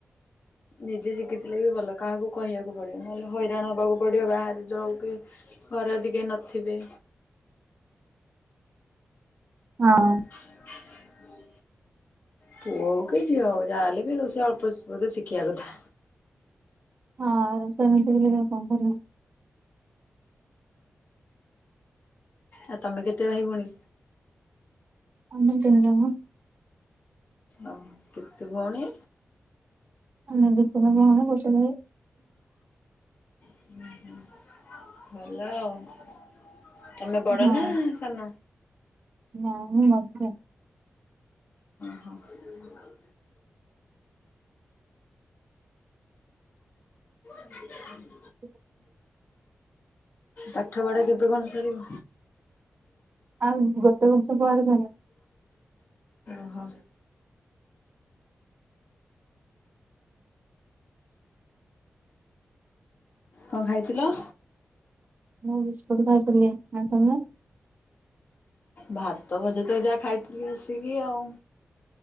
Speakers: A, on the left; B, on the right.
A: ନିଜେ ଶିଖିଥିଲେ ବି ଭଲ କାହାକୁ କହିବାକୁ ପଡିବ ନହେଲେ ହଇରାଣ ହବାକୁ ପଡ଼ିିବ ବାହାରେ ଯେଉଁ କି ଘରେ ଯଦି କେହି ନଥିବେ।
B: ହଁ।
A: <unintelligible> ପୁଅ ହଉ କି ଝିଅ ହଉ ଯାହା ହେଲେ ବି ରୋଷେଇ ଅଳ୍ପ ବ ଶିଖିବା କଥା।
B: ଆଉ ରୋଷେଇ ବାସ ନ ଆସିଲେ କଣ କରିବୁ?
A: ଆଉ ତମେ କେତେ ଭାଇ ଭଉଣୀ?
B: ଆମେ ତିନି ଜଣ।
A: ଓ କେତେ ଭଉଣୀ?
B: ଆମେ ଦୁଇଟା ଭଉଣୀ, ଗୋଟେ ଭାଇ।
A: ହୁଁ ହୁଁ ଭଲ ଆଉ। ତମେ ବଡ
B: ହଁ
A: ନା ସାନ?
B: ନା ମୁଁ ମଝିଆ।
A: ହଁ ହଁ। <inaudible>
B: <inaudible>
A: ପାଠପଢ଼ା କେବେ କଣ ସରିବ?
B: ଆଉ ଗୋଟେ ବର୍ଷ ପରେ ଥରେ
A: <inaudible> କଣ ଖାଇଥିଲ?
B: ମୁଁ ବିସ୍କୁଟ ଖାଇଥିଲି ଆଉ ତୁମେ?
A: ଭାତ ଭଜା ତ ଯାହା ଖାଇଥିଲି ଆସିକି ଆଉ।